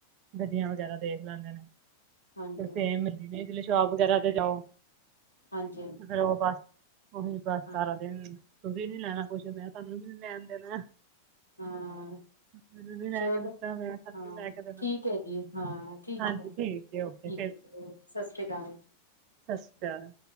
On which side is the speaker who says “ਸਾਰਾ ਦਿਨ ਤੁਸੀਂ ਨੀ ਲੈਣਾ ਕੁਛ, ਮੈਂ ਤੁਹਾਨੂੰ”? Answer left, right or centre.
Right